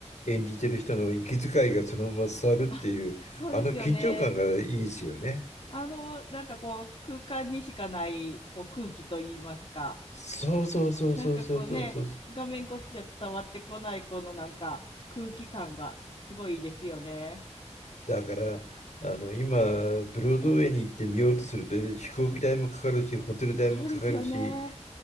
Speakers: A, on the left; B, on the left.
A: 演じてる人の息遣いがそのまま伝わるっていう、
B: あ、そうですよね。
A: あの緊張感がいいですよね。
B: あの、なんかこう、空間にしかないこう空気といいますか、
A: そうそうそうそうそうそうそう。
B: なんかこうね、画面越しじゃ伝わってこないこのなんか空気感がすごいいいですよね。
A: だから、あの、今、ブロードウェイに行って見ようとすると、飛行機代もかかるし、ホテル代もかかるし、
B: そうですよね。